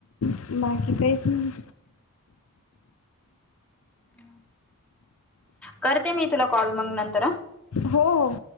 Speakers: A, on the left; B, in the centre.
A: बाकी काहीच नाही.
B: हा. करते मी तुला कॉल मंग नंतर हा.
A: हो हो.